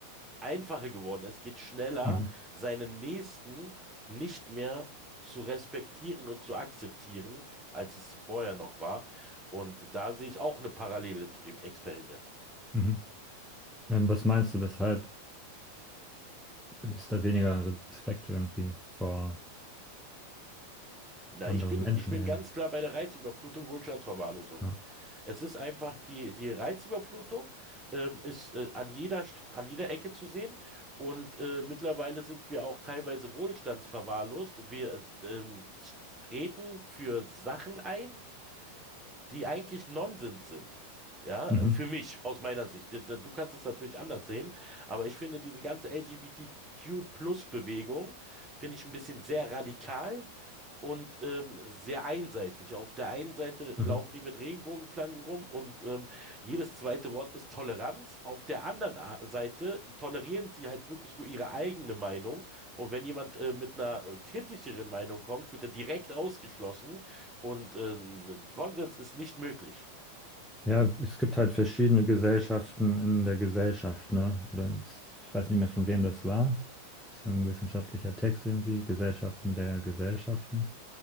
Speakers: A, on the right; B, in the centre.
A: einfacher geworden. Es geht schneller,
B: Mhm.
A: seinen Nächsten nicht mehr zu respektieren und zu akzeptieren, als es vorher noch war. Und da sehe ich auch eine Parallele zu dem Experiment.
B: Mhm. Ähm, was meinst du, weshalb ist da weniger Respekt irgendwie vor
A: Na,
B: anderen
A: ich bin,
B: Menschen
A: ich bin
B: eben.
A: ganz klar bei der Reizüberflutung, Wohlstandsverwahrlosung.
B: Ja.
A: Es ist einfach, die, die Reizüberflutung ähm, ist äh, an jeder, St- an jeder Ecke zu sehen. Und äh, mittlerweile sind wir auch teilweise wohlstandsverwahrlost. Wir äh, ähm, treten für Sachen ein, die eigentlich Nonsens sind. Ja,
B: Mhm.
A: äh, für mich, aus meiner Sicht. Du du kannst es natürlich anders sehen, aber ich finde diese ganze LGBTQ-Plus-Bewegung, finde ich ein bisschen sehr radikal und ähm, sehr einseitig. Auf der einen Seite
B: Mhm.
A: laufen die mit Regenbogenflaggen rum und ähm, jedes zweite Wort ist Toleranz. Auf der anderen A- Seite tolerieren sie halt wirklich nur ihre eigene Meinung. Und wenn jemand äh, mit einer äh, kritischeren Meinung kommt, wird er direkt ausgeschlossen und ähm, Konsens ist nicht möglich.
B: Ja, es gibt halt verschiedene Gesellschaften in der Gesellschaft, ne? Oder es- ich weiß nicht mehr, von wem das war. Das ist ein wissenschaftlicher Text irgendwie, Gesellschaften der Gesellschaften.